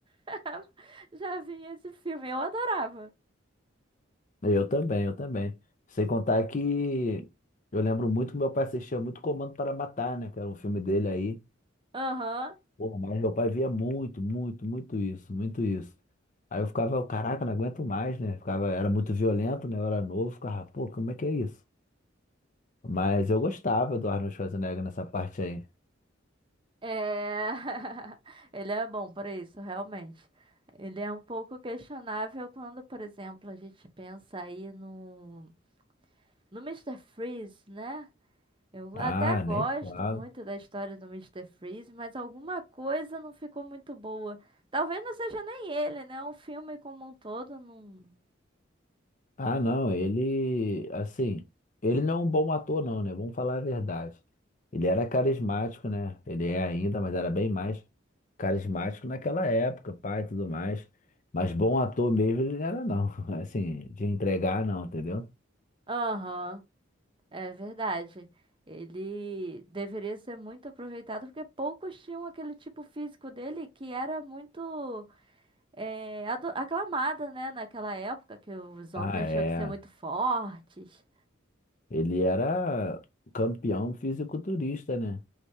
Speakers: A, on the right; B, on the left.
A: <laughs> já vinha esse filme, eu adorava.
B: Eu também, eu também. Sem contar que eu lembro muito que meu pai assistia muito Comando para Matar, né? Que era um filme dele aí.
A: Aham,
B: Pô, mas meu pai via muito, muito, muito isso, muito isso. Aí eu ficava, caraca, não aguento mais, né? Ficava, era muito violento, né? Eu era novo, ficava, pô, como é que é isso? Mas eu gostava do Arnold Schwarzenegger nessa parte aí.
A: é... <laughs> Ele é bom para isso, realmente. Ele é um pouco questionável quando, por exemplo, a gente pensa aí no, no Mister Freeze, né? Eu
B: Ah,
A: até gosto
B: nem fala.
A: muito da história do Mister Freeze, mas alguma coisa não ficou muito boa. Talvez não seja nem ele, né? O filme como um todo não.
B: Ah, não, ele, assim, ele não é um bom ator, não, né? Vamos falar a verdade. Ele era carismático, né? Ele é ainda, mas era bem mais carismático naquela época, pai, e tudo mais. Mas bom ator mesmo ele não era, não. <laughs> Assim, de entregar, não, entendeu?
A: Aham, é verdade. Ele deveria ser muito aproveitado, porque poucos tinham aquele tipo físico dele que era muito é, ado- aclamada, né? Naquela época, que os
B: Ah,
A: homens
B: é.
A: tinham que ser muito fortes.
B: Ele era campeão fisiculturista, né?